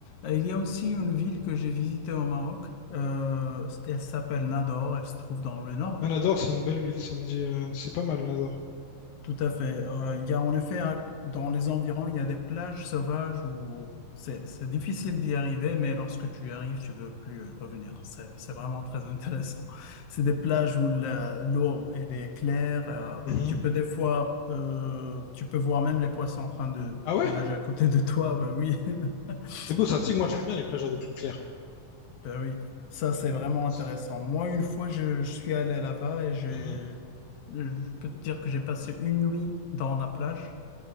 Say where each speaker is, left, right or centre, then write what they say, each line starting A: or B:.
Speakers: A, on the left (about 60°); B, on the left (about 85°).
A: Euh, Il y a aussi une ville que j'ai visitée au Maroc. euh, elle s'appelle Nador. Elle se trouve dans le nord.
B: Ouais, Nador, c'est une belle ville, ça me dit. euh, c'est pas mal, Nador.
A: Tout à fait. Euh, il y a en effet, à- dans les environs, il y a des plages sauvages où c'est c'est difficile d'y arriver, mais lorsque tu y arrives, tu veux plus revenir. C'est c'est vraiment très intéressant. <laughs> C'est des plages où la- l'eau, elle est claire. euh,
B: Mhm.
A: tu peux des fois, euh, tu peux voir même les poissons en train de
B: Ah ouais?
A: nager à côté de toi. Ben oui, <laughs>
B: C'est beau ça, tu sais que moi j'aime bien les plages avec l'eau claire.
A: ben oui. Ça, c'est vraiment
B: C'est-
A: intéressant. Moi, une fois, je, je suis allé là-bas et j'ai,
B: Mhm.
A: je peux te dire que j'ai passé une nuit dans la plage.